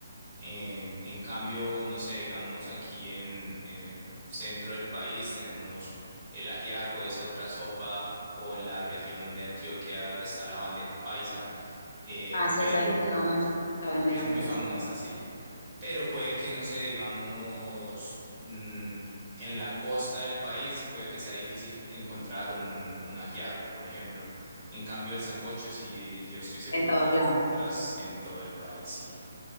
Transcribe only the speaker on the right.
Eh, en cambio, no sé, digamos aquí en, en el centro del país tenemos el ajiaco, es otra sopa, o en la región de Antioquia está la bandeja paisa, eh,
pero
es muy
famosa, sí. Pero puede que, no sé, digamos, mm, en la costa del país puede que sea difícil encontrar un, un ajiaco, por ejemplo. En cambio, el sancocho, sí, yo estoy seguro
que lo
encuentras en todo el país, sí.